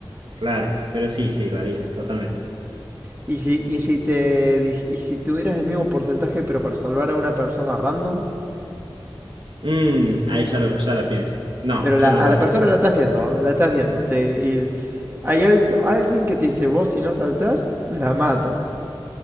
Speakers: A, on the right; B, on the right.
A: Claro, pero sí, sí, lo haría, totalmente.
B: Y si, y si te dij- y si tuvieras el mismo porcentaje, pero para salvar a una persona random,
A: Mm, ahí ya lo, ya la pienso. No,
B: pero la-
A: yo no
B: a
A: lo
B: la
A: haría.
B: persona la estás viendo, la estás viendo, te, y hay al- alguien que te dice, vos si no saltás, la mato.